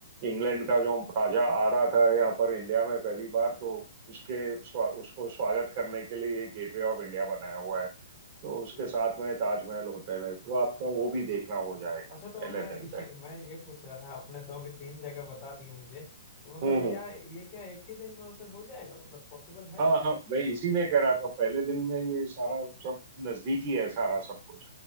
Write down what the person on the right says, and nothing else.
इंग्लैंड का जो राजा आ रहा था यहाँ पर इंडिया में पहली बार तो उसके स्वा, उसको स्वागत करने के लिए ये गेटवे ऑफ इंडिया बनाया हुआ है तो उसके
साथ में ताजमहल होटल है तो आपका वो भी देखना हो जाएगा
पहले
दिन
पे
हम्म
हम्म।
हाँ हाँ मैं इसीलिए कह रहा था पहले दिन में ये सारा सब नजदीक ही है सारा सब कुछ